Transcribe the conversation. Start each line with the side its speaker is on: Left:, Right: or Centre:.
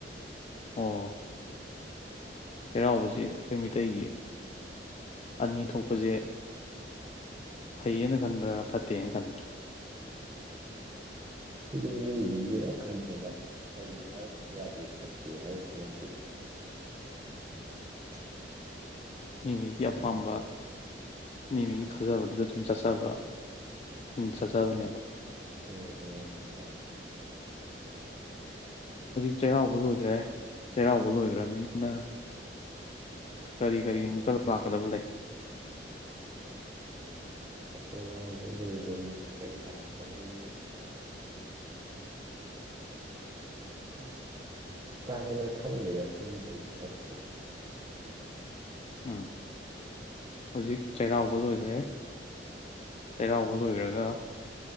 Left: ꯑ ꯆꯩꯔꯥꯎꯕꯁꯤ ꯑꯩꯈꯣꯏ ꯃꯤꯇꯩꯒꯤ ꯑꯅꯤ ꯊꯣꯛꯄꯁꯦ ꯐꯩꯌꯦꯅ ꯈꯟꯕ꯭ꯔꯥ ꯐꯠꯇꯦꯅ ꯈꯟꯕ꯭ꯔꯥ
Right: ꯁꯤꯗꯤ ꯃꯤ ꯃꯤꯒꯤ ꯋꯥꯈꯜꯁꯤꯅ ꯐꯩ ꯍꯥꯏꯔꯕꯁꯨ ꯌꯥꯗꯦ ꯐꯠꯇꯦ ꯍꯥꯏꯔꯕꯁꯨ ꯌꯥꯗꯦ <inaudible>
Left: ꯃꯤꯃꯤꯒꯤ
Right: ꯑꯗꯨꯃꯥꯏꯅ
Left: ꯑꯄꯥꯝꯕ ꯃꯤꯃꯤꯒꯤ ꯊꯥꯖꯕꯗꯨꯗ ꯑꯗꯨ ꯆꯠꯆꯕ ꯆꯠꯆꯕꯅꯦꯕ
Right: ꯍꯣꯏ ꯑꯗꯨꯃꯥꯏꯅ ꯇꯥꯏ
Left: ꯍꯧꯖꯤꯛ ꯆꯩꯔꯥꯎꯕ ꯂꯣꯏꯈ꯭ꯔꯦ ꯆꯩꯔꯥꯎꯕ ꯂꯣꯏꯈ꯭ꯔꯕꯅꯤꯅ ꯀꯔꯤ ꯀꯔꯤ ꯑꯃꯨꯛꯀ ꯂꯥꯛꯀꯗꯕ ꯂꯩ
Right: ꯆꯩꯔꯥꯎꯕ ꯂꯣꯏꯗꯕꯅꯤꯅ ꯀꯩ ꯂꯥꯛꯀꯅꯤ ꯑ ꯀꯥ ꯍꯦꯟꯅ ꯈꯪꯒꯦꯗ ꯁꯨꯝꯕꯒꯤ ꯊꯕꯛꯁꯤ
Left: ꯎꯝ ꯍꯧꯖꯤꯛ ꯆꯩꯔꯥꯎꯕ ꯂꯣꯏꯈ꯭ꯔꯦ ꯆꯩꯔꯥꯎꯕ ꯂꯣꯏꯈ꯭ꯔꯒ